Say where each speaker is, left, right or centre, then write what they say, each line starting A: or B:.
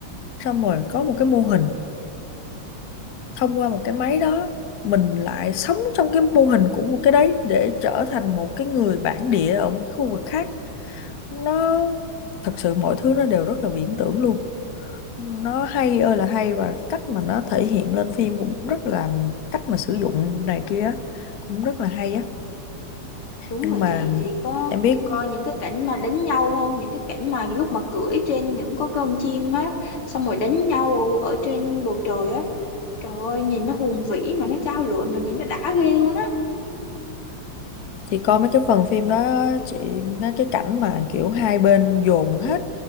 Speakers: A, on the left; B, on the left.
A: xong rồi có một cái mô hình thông qua một cái máy đó mình lại sống trong cái mô hình của một cái đấy để trở thành một cái người bản địa ở một cái khu vực khác nó thật sự mọi thứ nó đều rất là viễn tưởng luôn nó hay ơi là hay và cách mà nó thể hiện lên phim cũng rất là cách mà sử dụng này kia á, cũng rất là hay á
B: đúng
A: nhưng
B: rồi
A: mà
B: chị chị có
A: em biết
B: coi những cái cảnh mà đánh nhau không những cái cảnh mà lúc mà cưỡi trên những con con chim á xong rồi đánh nhau ở trên bầu trời á trời ơi nhìn nó hùng vĩ mà nó trao lụa mà nhìn nó đã ghê luôn á
A: chị coi mấy cái phần phim đó chị nó cái cảnh mà kiểu hai bên dồn hết